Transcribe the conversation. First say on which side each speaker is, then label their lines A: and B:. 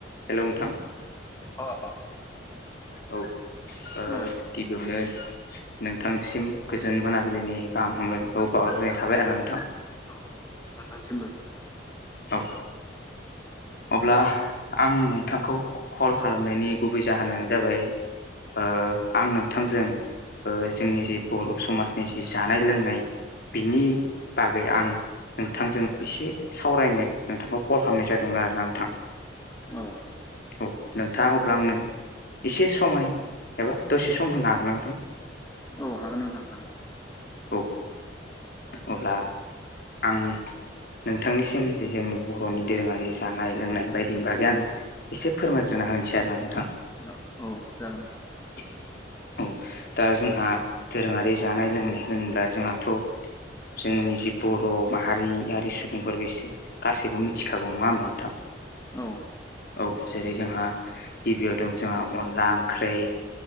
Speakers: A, on the left; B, on the left.
A: हेल' नोंथां।
B: अ अ।
A: औ ओ
B: खोनादों
A: गिबियावनो नोंथांसिम गोजोन मोनाबिलिनि गाहाम हामलायनायखौ बावहरग्रोनाय थाबाय आरोना नोंथां।
B: औ <unintelligible>
A: औ। अब्ला आं नोंथांखौ कल खालामनायनि गुबै जाहोनानो जाबाय ओ आं नोंथांजों ओ जोंनि जि बर' समाजनि जि जानाय लोंनाय बिनि बागै आं नोंथांजों एसे सावरायनो नोंथांखौ कल खालामनाय जादों। दोंमोन आरो नंथां
B: औ
A: औ नोंथाङा अब्ला आंनो एसे समाय एबा दसे सम होनो हागोन नोंथां।
B: औ हागोन नोंथां हागोन।
A: औ। अब्ला आं नोंथांनिसिम जे जोंनि बर'नि दोरोङारि जानाय लोंनाय बायदिनि बागै आं एसे फोरमायग्रोना होनोसै आरो ना नोंथां।
B: औ औ जागोन ना
A: <unintelligible> औ दा जोंहा दोरोङारि जानाय लोंनाय होनोब्ला जोंहाथ'। जोंनि जि बर' माहारियारि सुबुंफोर बेसो गासैबो मिथिखागौ नङा <unintelligible> थां।
B: औ
A: औ जेरै जोंहा गिबियाव दं जोंहा अनला ओंख्रै।